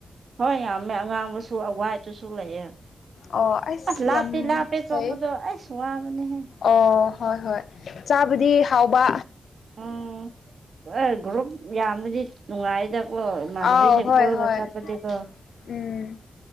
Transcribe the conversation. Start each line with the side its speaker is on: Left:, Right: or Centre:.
Right: ꯍꯣꯏ ꯌꯥꯝꯃꯦ ꯑꯉꯥꯡꯕꯁꯨ ꯑꯋꯥꯏꯗꯨꯁꯨ ꯂꯩꯌꯦ
Left: ꯑꯣ ꯑꯩꯁ
Right: ꯑꯁ ꯂꯥꯞꯇꯤ
Left: ꯌꯥꯝ
Right: ꯂꯥꯞꯄꯦ ꯆꯠꯄꯗꯣ
Left: ꯐꯩꯌꯦ
Right: ꯑꯩꯁ ꯋꯥꯕꯅꯦꯍꯦ
Left: ꯑꯣ ꯍꯣꯏ ꯍꯣꯏ ꯆꯥꯕꯗꯤ ꯍꯥꯎꯕ
Right: ꯑꯣ ꯑꯦ ꯒ꯭ꯔꯨꯞ ꯌꯥꯝꯅꯗꯤ ꯅꯨꯡꯉꯥꯏꯗ ꯑꯣ ꯏꯃꯅꯥꯕꯤ
Left: ꯑꯥꯎ
Right: ꯁꯤꯡ
Left: ꯍꯣꯏ
Right: ꯀꯣꯏꯕꯒ
Left: ꯍꯣꯏ
Right: ꯆꯠꯄꯗꯤ ꯀꯣ
Left: ꯎꯝ